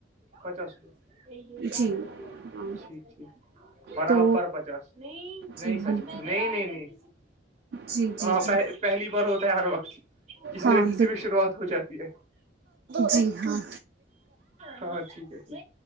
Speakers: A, on the right; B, on the right.
A: پچاس رپٹھیک
B: جی ہاں
A: ٹھیک برابر
B: تو
A: پچاس نہیں نہیں
B: جی
A: سچچ
B: بالکل
A: نہیں نہیں نہیں
B: جی جی
A: ہاں
B: جی
A: پہلی بار ہوتا ہے ہر وقت کسی
B: ہاں
A: نہ کسی
B: بال
A: بھی شروعات ہو جاتی ہے
B: جی ہاں
A: ہاں ٹھیک ہے ٹھیک